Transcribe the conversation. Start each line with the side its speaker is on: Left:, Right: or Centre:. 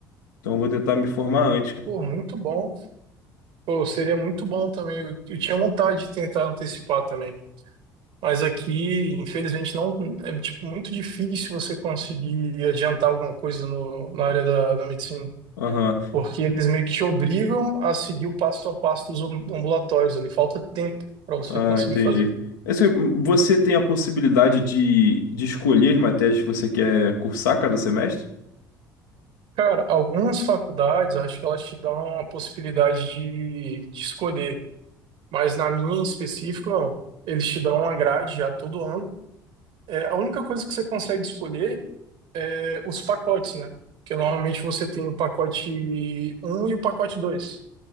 Left: então eu vou tentar me formar antes, cara.
Right: Pô, muito bom. Pô, seria muito bom também. Eu, eu tinha vontade de tentar antecipar também. Mas aqui, infelizmente, não é tipo muito difícil você conseguir adiantar alguma coisa no, na área da, da medicina.
Left: Aham,
Right: porque eles meio que te obrigam a seguir o passo a passo dos am- ambulatórios ali, falta tempo para você
Left: Ah,
Right: conseguir
Left: entendi.
Right: fazer.
Left: Esse- você tem a possibilidade de, de escolher as matérias que você quer cursar cada semestre?
Right: Cara, algumas faculdades, acho que elas te dão a possibilidade de, de escolher, mas na minha em específico, não. Eles te dão uma grade já todo ano. É, a única coisa que você consegue escolher é os pacotes, né? Porque normalmente você tem o pacote um e o pacote 2.